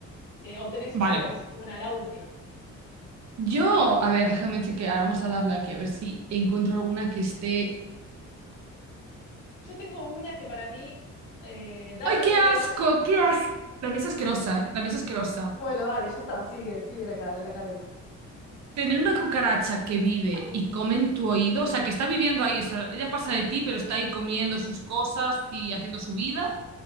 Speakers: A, on the left; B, on the right.
A: Eh, o tenés
B: Vale.
A: una voz, una, la última.
B: Yo, a ver, déjame chequear, vamos a darle aquí, a ver si encuentro alguna que esté
A: Yo tengo una que para mí eh, da
B: ¡Ay,
A: para
B: qué
A: un debate.
B: asco! ¡Qué asco! La mía es asquerosa, ¿eh? La mía es asquerosa.
A: Bueno, dale, ya está, sigue, sigue la, ca- la cadena.
B: Tener una cucaracha que vive
A: Ay,
B: y come en tu oído, o sea, que está viviendo ahí, o sea, ella pasa
A: eh,
B: de ti, pero está ahí comiendo sus cosas y haciendo su vida.